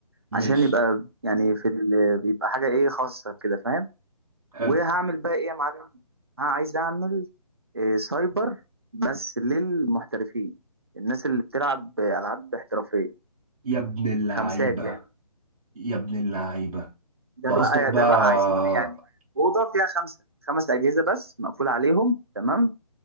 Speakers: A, on the right; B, on the right.
A: عشان
B: ماشي
A: يبقى يعني في ال... يبقى حاجه ايه خاصه كده فاهم
B: حلو
A: وهعمل بقى ايه يا معلم ها عايز اعمل آه، سايبر بس للمحترفين الناس اللي بتلعب العاب احترافيه
B: يا ابن اللعيبة
A: خمسات يعني
B: يا ابن اللعيبة انت
A: ده بقى
B: قصدك بقى
A: ده بقى عايزين يعني اوضه فيها خمسه خمس اجهزه بس مقفول عليهم تمام